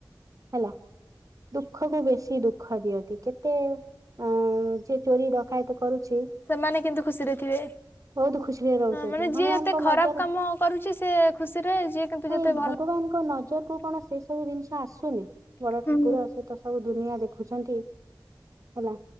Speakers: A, on the right (about 45°); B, on the left (about 25°).
A: ହେଲା। ଦୁଃଖ କୁ ବେଶୀ ଦୁଃଖ ଦିଅନ୍ତି। କେତେ ଉଁ ଯିଏ ଚୋରି ଡକାୟତ କରୁଛି।
B: ସେମାନେ କିନ୍ତୁ ଖୁସିରେ ଥିବେ।
A: ବହୁତ ଖୁସିରେ ରହୁଛନ୍ତି
B: ମାନେ ଯିଏ
A: ଭଗବାନଙ୍କ
B: ଯେତେ ଖରାପ
A: ନଜର
B: କାମ କରୁଛି ସେ ଖୁସିରେ ଯିଏ କିନ୍ତୁ
A: ନାଇଁ
B: ଯେତେ
A: ଭଗବାନଙ୍କ
B: ଭଲ
A: ନଜର କୁ କଣ ସେ ସବୁ ଜିନିଷ ଆସୁନି, ବଡ
B: ହୁଁ
A: ଠାକୁର ସେ ତ ସବୁ ଦୁନିଆ ଦେଖୁଛନ୍ତି। ହେଲା